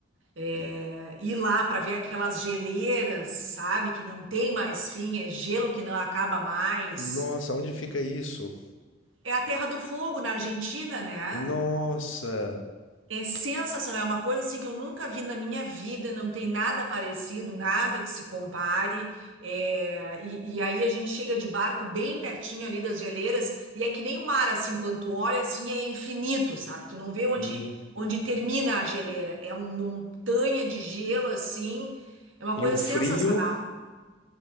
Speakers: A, on the right; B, on the left.
A: É,
B: E-
A: ir lá para ver aquelas geleiras, sabe, que não tem mais fim, é gelo que não acaba mais.
B: Nossa, onde fica isso?
A: É a Terra do Fogo na Argentina, né?
B: Nossa!
A: É sensacional, é uma coisa assim que eu nunca vi na minha vida, não tem nada parecido, nada que se compare. é, e, e aí a gente chega de barco bem pertinho ali das geleiras, e é que nem o mar, assim, quando tu olha assim, é infinito, sabe? Tu não vê onde,
B: Hum.
A: onde termina a geleira. É uma montanha de gelo, assim, é uma
B: E
A: coisa
B: um frio?
A: sensacional.